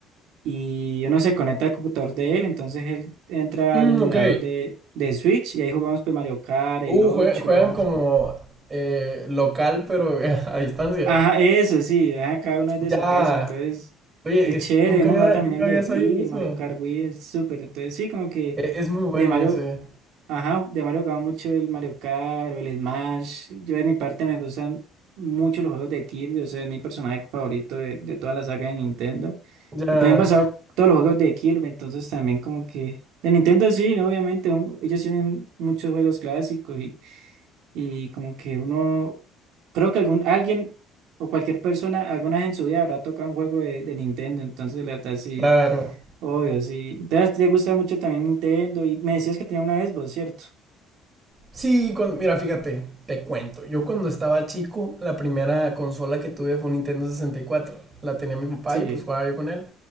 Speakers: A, on the right; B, on the right.
A: y uno se conecta al computador de él, entonces él entra
B: Mm,
A: al emulador
B: ok.
A: de, de Switch y ahí jugamos pues Mario Kart, el
B: Uh,
A: ocho
B: jue- juegan como eh, local, pero eh, <laughs> a distancia.
A: Ajá, eso sí, ajá, cada uno es de
B: Ya.
A: su casa, entonces
B: Oye,
A: es
B: es-
A: chévere.
B: nunca
A: Hemos
B: había,
A: jugado también
B: nunca
A: el de
B: había
A: Wii,
B: sabido
A: el
B: eso.
A: Mario Kart Wii es súper. Entonces sí, como que
B: E- es muy bueno
A: de Mario,
B: ese.
A: ajá, de Mario jugaba mucho el Mario Kart o el Smash. Yo de mi parte me gustan mucho los juegos de Kirby, o sea, es mi personaje favorito de, de toda la saga de Nintendo.
B: Ya,
A: Y pues me han pasado todos los juegos de Kirby, entonces también como que de Nintendo sí, ¿no? Obviamente un- ellos tienen muchos juegos clásicos y como que uno, creo que algún, alguien o cualquier persona alguna vez en su vida habrá tocado un juego de, de Nintendo, entonces la verdad sí,
B: claro.
A: obvio, sí. Entonces a ti te gusta mucho también Nintendo y me decías que tenía una Xbox, ¿cierto?
B: Sí, cuan- mira, fíjate, te cuento. Yo cuando estaba chico, la primera consola que tuve fue un Nintendo sesenta y cuatro La tenía mi papá
A: Sí,
B: y pues jugaba yo con él.